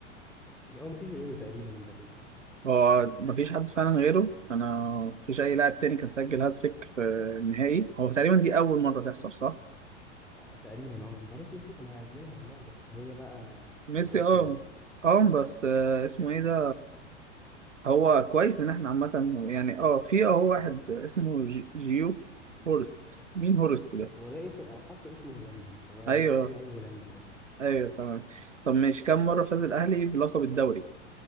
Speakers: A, in the centre; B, on the right (about 85°).
A: هو مفيش غيره تقريبا امبابي
B: هو مفيش حد فعلا غيره انا مفيش اي لاعب تاني كان سجل هاتريك في النهائي هو تقريبا دي اول مره تحصل صح
A: اه تقريبا اه انت عارف ميسي كان هيعملها والله بس هي بقى
B: ميسي
A: كان ناقص
B: اه
A: له جول
B: اه بس آه، اسمه ايه ده هو كويس ان احنا عامة يعني اه في اه واحد اسمه ج- جيوف هورست مين هورست ده؟
A: هو ده اسم حاسه اسمه هولندي فده
B: ايوه
A: اكيد لعيب هولندي بس
B: ايوه تمام طب ماشي كم مرة فاز الاهلي بلقب الدوري؟